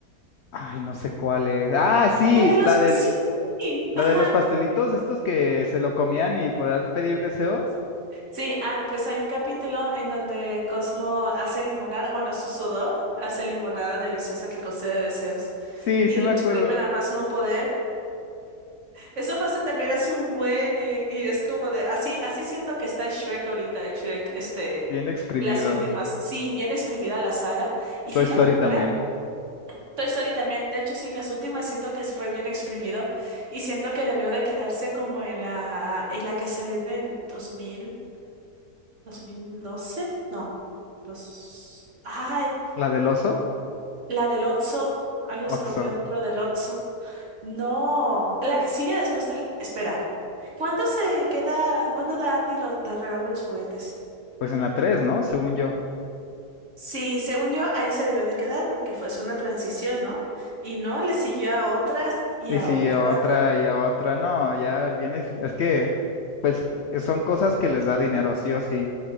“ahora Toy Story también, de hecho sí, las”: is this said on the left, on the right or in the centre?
Right